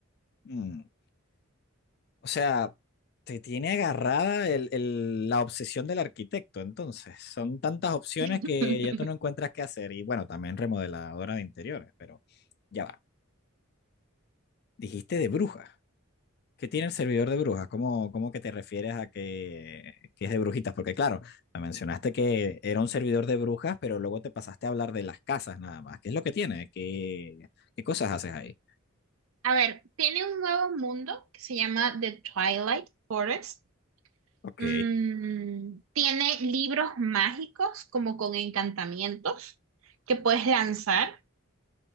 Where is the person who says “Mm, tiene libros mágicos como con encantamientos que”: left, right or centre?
Right